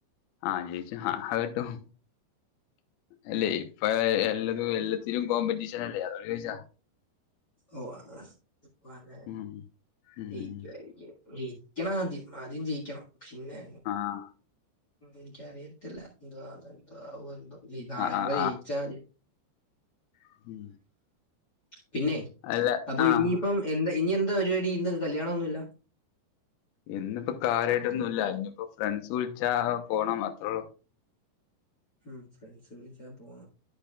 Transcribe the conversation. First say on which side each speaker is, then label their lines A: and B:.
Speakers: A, on the left; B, on the left.
A: ആഹ് ജീവിച്ചു ആ അ ഏറ്റവും അല്ലേ ഇപ്പൊ എല്ലാതും എല്ലാത്തിലും കോമ്പറ്റീഷൻ അല്ലേ അതോ ചോദിച്ചാ
B: ഓ അത അതെ
A: ഉം ഉം
B: ജയ്ക്കുവായിരിക്കും ജയിക്കണം ആദ്യം ആദ്യം ജയിക്കണം പിന്നെ
A: ആഹ്
B: എനിക്കറിയത്തില്ല എന്തവാ എന്തോ എോ നാളെ
A: ആഹ് ആഹ്
B: കൂടെ ജയിച്ചാ
A: ആഹ്
B: പിന്നെ
A: അല്ല
B: അപ്പൊ
A: ആഹ്
B: ഇനിയിപ്പം എന്താ ഇനി എന്താ പരിപാടി ഇന്ന് കല്യാണമൊന്നുല്ല
A: എന്നിപ്പോ കാര്യമായിട്ടൊന്നുംല്ല ഇനിയിപ്പോൊ ഫ്രണ്ട്സ് വിളിച്ചാ പോണം അത്രേള്ളൂ
B: ഉം ഫ്രണ്ട്സ് വിളിച്ചാ പോണ